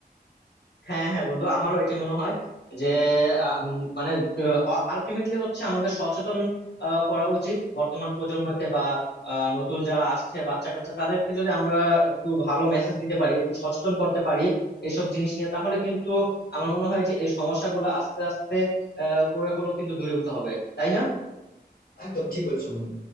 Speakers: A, on the left (about 80°); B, on the left (about 60°).
A: হ্যাঁ হ্যাঁ বন্ধু আমারও এটা মনে হয় যে আ, উম, মানে আলটিমেটলি হচ্ছে আমাদের সচেতন আ, করা উচিত বর্তমান প্রজন্মকে বা আ, নতুন যারা আসছে বাচ্চা কাচ্চা তাদেরকে যদি আমরা একটু ভালো মেসেজ দিতে পারি একটু সচেতন করতে পারি এইসব জিনিস নিয়ে তাহলে কিন্তু আমার মনে হয় যে এই সমস্যাগুলো আস্তে আস্তে আ, করে হলেও কিন্তু দূরীভূত হবে তাই না
B: একদম ঠিক বলেছো বন্ধু